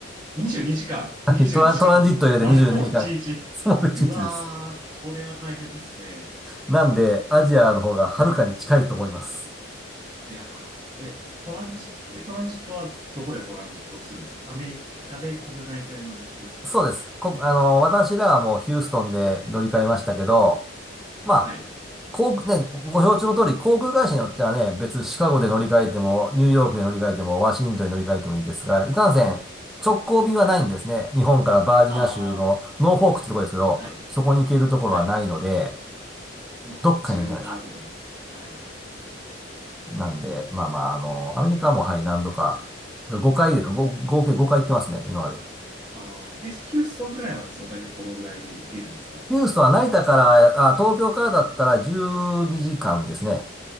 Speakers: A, on the right; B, in the centre.
A: 22時間。
B: <laughs> はいトラン、
A: 22時間。
B: トランジットを入れて22時間。
A: <laughs> 丸、ほぼ日。
B: その1日です。
A: うわー、これは大変ですね。
B: なんで、アジアの方がはるかに近いと思います。
A: いやー、え、トランジット、え、トランジットはどこでトランジットするんですかアメリカで国内線乗り継ぎですか
B: そうです。こ、あの、私らはもうヒューストンで乗り換えましたけど、まあ、
A: はい、
B: 航空、ね、ご承知の通り、航空会社によってはね、別シカゴで乗り換えても、ニューヨークで乗り換えても、ワシントンで乗り換えてもいいですが、いかんせん、直行便はないんですね。
A: はい。
B: 日本からバージニア州のノーフォークってとこですけど、
A: ああ、はい、
B: そこに行けるところはないので、
A: はい。まあ、
B: どっかに乗りかないか
A: 需要が、みたいなね。はい。
B: なんで、まあまあ、あの、アメリカもはい、何度か、5回でか、ご合計5回行ってますね、今まで。
A: ああ、え、ヒューストンくらいまでその大体どのぐらいで行けるんですか
B: ヒューストンは成田から、あ、東京からだったら12時間ですね。